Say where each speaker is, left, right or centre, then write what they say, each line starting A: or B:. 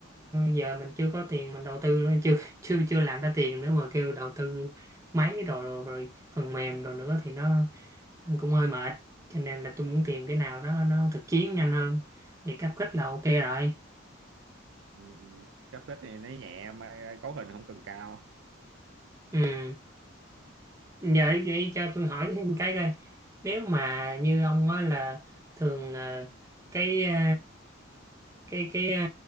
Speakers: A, on the right; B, on the right.
A: giờ mình chưa có tiền mình đầu tư nữa, chưa chưa chưa làm ra tiền nữa mà kêu đầu tư máy đồ rồi, rồi phần mềm đồ nữa thì nó cũng hơi mệt cho nên là tôi muốn tìm cái nào đó nó thực chiến nhanh hơn thì cáp kích là ok rồi
B: Ừ, ừ. cấp kích thì nó nhẹ mà cấu hình không cần cao
A: ừ Dạ vậy cho tôi hỏi thêm cái coi nếu mà như ông á là thường ờ, cái ờ, cái cái ờ,